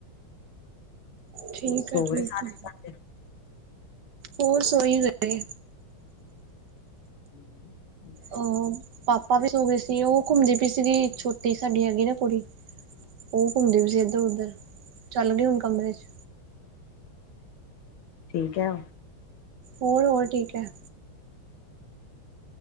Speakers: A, on the right; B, on the left.
A: ਠੀਕ
B: ਸੋ
A: ਹੈ
B: ਗੲ
A: ਠੀਕ
B: ਏ ਸਾਰੇ।
A: ਹੈ
B: ਸਾਡੇ
A: ਹੋਰ ਸੂਈ ਲੱਗ ਗਈ।
B: <inaudible>
A: ਅਹੋ ਪਾਪਾ ਵੀ ਸੋ ਗਏ ਸੀ ਉਹ ਘੁੰਮਦੀ ਪਈ ਸੀਗੀ ਛੋਟੀ ਸਾਡੀ ਹੈਗੀ ਨਾ ਕੁੜੀ। ਉਹ ਘੁੰਮਦੇ
B: ਅੱਛਾ
A: ਪਈ ਸੀ
B: ਅੱਛਾ
A: ਇਧਰ- ਉਧਰ ਚੱਲ ਗਈ ਹੁਣ ਕਮਰੇ 'ਚ
B: ਠੀਕ ਹੈ।
A: ਹੋਰ- ਹੋਰ ਠੀਕ ਹੈ।